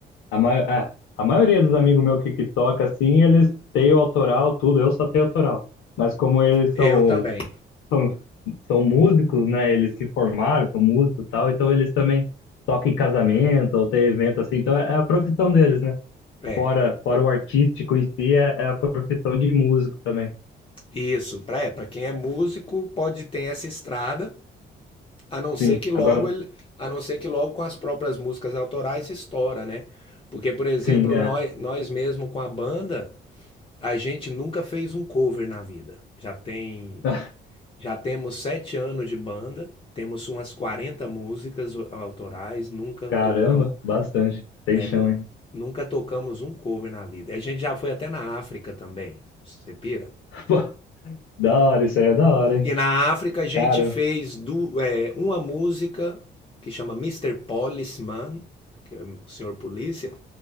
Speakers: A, on the left; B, on the left.
A: A, mai- é, a maioria dos amigos meus que, que toca, assim, eles têm o autoral, tudo, eu só tenho autoral. Mas como eles
B: Eu
A: são,
B: também.
A: são, são músicos, né? Eles se formaram, são músicos e tal, então eles também tocam em casamento ou tem evento assim, então é, é a profissão deles, né?
B: É,
A: Fora, fora o artístico em si, é, é a profissão de músico também.
B: isso. Para para quem é músico, pode ter essa estrada. A não ser
A: Sim,
B: que logo
A: agora,
B: ele, a não ser que logo com as próprias músicas autorais estoura, né? Porque, por exemplo,
A: sim, é.
B: nós, nós mesmo com a banda, a gente nunca fez um cover na vida. Já tem,
A: <laughs>
B: já temos sete anos de banda, temos umas 40 músicas autorais, nunca
A: Caramba,
B: tocamos,
A: bastante. Tem
B: é,
A: chão,
B: nu-
A: hein?
B: nunca tocamos um cover na vida. A gente já foi até na África também, você pira?
A: <laughs> Da hora, isso aí é da hora, hein?
B: E na África a gente
A: Cara,
B: fez du, é, uma música que chama Mister Policeman, que é o senhor polícia.